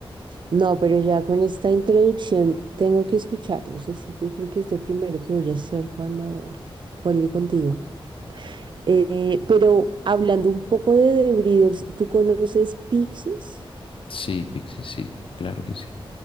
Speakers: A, on the right; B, on the left.
A: No, pero ya con esta introducción tengo que escucharlos, así que creo que es lo primero que voy a hacer cuando cuelgue contigo. Eh, pero hablando un poco de The Breeders, ¿tú conoces Pixies?
B: Sí, Pixie, sí, claro que sí.